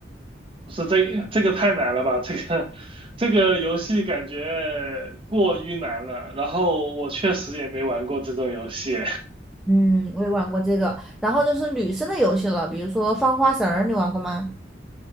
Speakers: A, on the right; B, in the centre.
A: 不是这这个太难了吧？这个这个游戏感觉过于难了。然后我确实也没玩过这种游戏。
B: 嗯，我也玩过这个。然后就是女生的游戏了，比如说放花绳儿，你玩过吗？